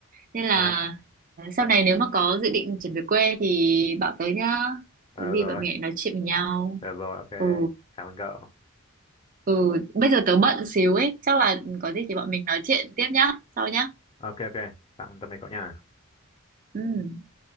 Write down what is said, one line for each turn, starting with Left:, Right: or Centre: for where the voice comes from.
Right: nên là
Left: <laughs> Ờ,
Right: ờ, sau này nếu mà có dự định chuyển về quê thì bảo tới nhá
Left: Ờ
Right: có gì
Left: rồi,
Right: bọn mình lại nói chuyện với nhau
Left: được rồi, ok.
Right: ừ
Left: Cảm ơn cậu.
Right: ừ bây giờ tớ bận xíu ấy chắc là có gì thì bọn mình nói chuyện tiếp nhá sau nhá
Left: Ok, ok. Tạm tạm biệt cậu nha.
Right: ừ